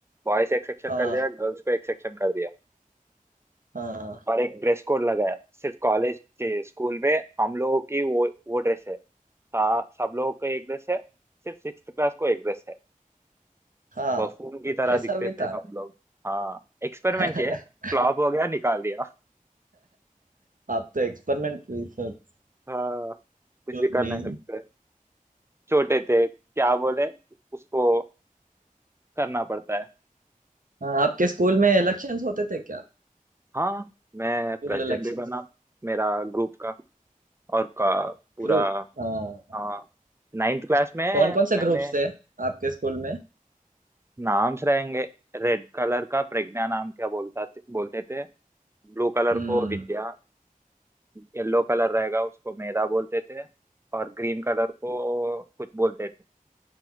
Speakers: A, on the right (about 20°); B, on the right (about 70°).
A: बॉयज एक सेक्शन
B: हाँ
A: कर दिया गर्ल्स को एक सेक्शन कर दिया
B: हाँ
A: और एक ड्रेस कोड लगाया सिर्फ कॉलेज के स्कूल में हम लोगों की वो वो ड्रेस है सा- सब लोगों को एक ड्रेस है सिर्फ सिक्स क्लास को एक ड्रेस है
B: हाँ
A: बफून की तरह
B: ऐसा
A: दिखते
B: भी
A: थे
B: था
A: हम लोग हाँ एक्सपेरिमेंट
B: <laughs>
A: किए फ्लॉप हो गया निकाल दिया
B: आप तो एक्सपेरिमेंट रिसर्च
A: हाँ कुछ भी कर
B: नहीं
A: नहीं सकते छोटे थे क्या बोले उसको करना पड़ता है
B: हाँ आपके स्कूल में इलेक्शंस होते थे क्या
A: हाँ मैं
B: School
A: प्रेसिडेंट
B: elections
A: भी बना मेरा ग्रुप का और का पूरा
B: group हाँ
A: हाँ नाइन्थ क्लास में
B: कौन कौन से
A: मैंने
B: ग्रुप्स थे आपके स्कूल में
A: नाम्स रहेंगे रेड कलर का प्रज्ञा नाम क्या बोलता थे, बोलते थे ब्लू कलर
B: हम्म
A: को विद्या येलो कलर रहेगा उसको मेधा बोलते थे और ग्रीन कलर को कुछ बोलते थे